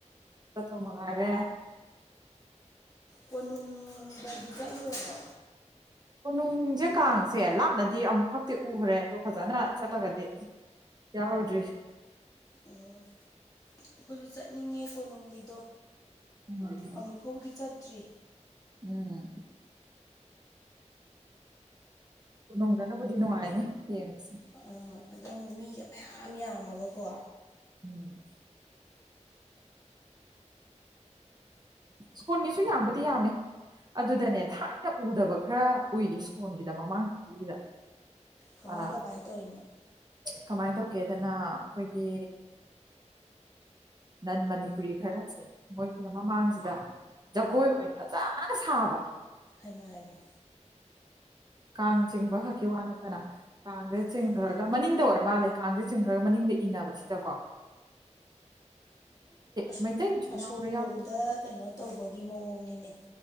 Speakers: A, on the right; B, on the left.
A: ꯆꯠꯇꯨ ꯃꯉꯥꯔꯦ꯫
B: ꯀꯣꯅꯨꯡꯗꯗꯤ ꯆꯠꯂꯨꯔꯕꯣ?
A: ꯀꯥꯡꯁꯦ ꯀꯥꯡꯁꯦ ꯂꯥꯞꯅꯗꯤ ꯑꯃꯨꯛ ꯈꯛꯇꯤ ꯎꯈ꯭ꯔꯦ ꯑꯗꯣ ꯐꯖꯅ ꯆꯠꯂꯒꯗꯤ ꯌꯥꯎꯔꯨꯗ꯭ꯔꯤ꯫
B: ꯑꯣ꯫ ꯑꯩꯈꯣꯏꯁꯨ ꯆꯠꯅꯤꯡꯉꯦ ꯀꯣꯅꯨꯡꯒꯤꯗꯣ꯫
A: ꯎꯝ
B: ꯑꯃꯨꯛ ꯐꯥꯎꯗꯤ ꯆꯠꯇ꯭ꯔꯤ
A: ꯎꯝ꯫ ꯀꯅꯨꯡꯗꯅꯕꯨꯗꯤ ꯅꯨꯡꯉꯥꯏꯅꯤ ꯌꯦꯡꯕꯁꯦ꯫
B: ꯑ ꯑꯗꯥ ꯑꯃꯨꯛ ꯃꯤꯒ ꯃꯌꯥꯝ ꯌꯥꯝꯃꯒꯀꯣ
A: ꯎꯝ꯫ ꯁ꯭ꯀꯨꯜꯒꯤꯁꯨ ꯌꯥꯝꯕꯨꯗꯤ ꯌꯥꯝꯃꯦ ꯑꯗꯨꯗꯅꯦ ꯊꯥꯏꯅ ꯎꯗꯕ ꯈꯔ ꯎꯏꯌꯦ ꯁ꯭ꯀꯣꯟꯜꯒꯤꯗ ꯃꯥꯡꯕ ꯆꯍꯤꯒꯤꯗ꯫
B: ꯀꯃꯥꯏ
A: ꯑ
B: ꯀꯃꯥꯏ ꯇꯧꯔꯤꯅꯣ
A: ꯀꯃꯥꯏꯅ ꯇꯧꯒꯦꯗꯅ ꯑꯩꯈꯣꯏꯒꯤ ꯅꯟ ꯃꯅꯤꯄꯨꯔꯤ ꯈꯔꯁꯦ ꯃꯣꯏꯁꯤꯅ ꯃꯃꯥꯡꯁꯤꯗ ꯖꯒꯣꯏ ꯑꯣꯏꯅ ꯐꯖꯟꯅ ꯁꯥꯕ
B: ꯍꯥꯏꯃ-ꯍꯥꯏꯃ꯫
A: ꯀꯥꯡ ꯆꯤꯡꯕ ꯈꯛꯀꯤ ꯋꯥ ꯅꯠꯇꯅ ꯀꯥꯡꯁꯦ ꯆꯤꯡꯈ꯭ꯔꯒ
B: ꯑꯥ
A: ꯃꯅꯤꯡꯗ ꯑꯣꯏꯔꯦ ꯃꯥꯜꯂꯦ ꯀꯥꯡꯁꯦ ꯆꯤꯡꯈ꯭ꯔꯒ ꯃꯅꯤꯡꯗ ꯏꯟꯅꯕ ꯁꯤꯗꯀꯣ ꯃꯩꯇꯩꯁꯨ
B: ꯣ ꯑꯁꯣꯝ
A: ꯌꯥꯎꯕ꯭ꯔꯥ
B: ꯂꯣꯝꯗ
A: ꯌꯥꯎꯗꯕ꯭ꯔꯥ
B: ꯀꯩꯅꯣ ꯇꯧꯕꯒꯤ ꯃꯑꯣꯡꯅꯤꯅꯦ